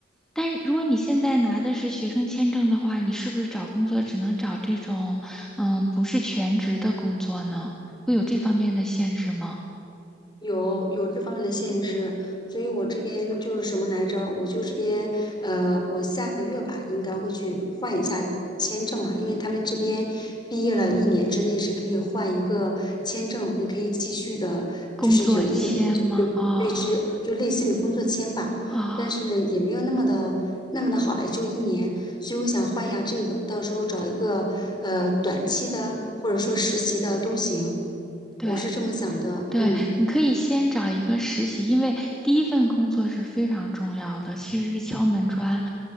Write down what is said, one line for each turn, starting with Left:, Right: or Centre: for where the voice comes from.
Centre: 但是如果你现在拿的是学生签证的话，你是不是找工作只能找这种，嗯，不是全职的工作呢？会有这方面的限制吗？
Left: 有有这方面的限制，所以我这边就是什么来着？我就这边呃，我下个月吧，应该会去换一下签证嘛，因为他们这边毕业了一年之内是可以换一个签证，你可以继续的，
Centre: 工作签吗？
Left: 就是有一年的就对之，
Centre: 啊、
Left: 就类似于工作签吧，
Centre: 啊、
Left: 但是也没有那么的那么的好了，就一年，所以我想换一下这个，到时候找一个呃短期的或者说实习的都行，
Centre: 对
Left: 我是这么想的，
Centre: 对，
Left: 嗯。
Centre: 你可以先找一个实习，因为第一份工作是非常重要的，其实是敲门砖。